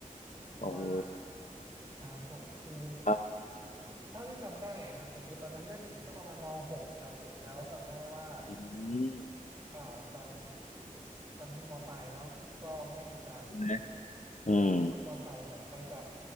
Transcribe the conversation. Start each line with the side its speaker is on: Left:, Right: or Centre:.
Right: เพราะว่า
Left: โอ้โห
Right: ครับผมคือ
Left: ครับ
Right: เท่าที่จำได้ครับผมคือตอนนั้นน่าจะอยู่สักประมาณม .6 ครับผมแล้วจำได้ว่า
Left: อืม
Right: เอ่อตอนตอนนั้นมปลายเนาะก็แม่จะ
Left: ใช่ไหมอืม
Right: ให้ขับรถมอเตอร์ไซค์แบบไปกับ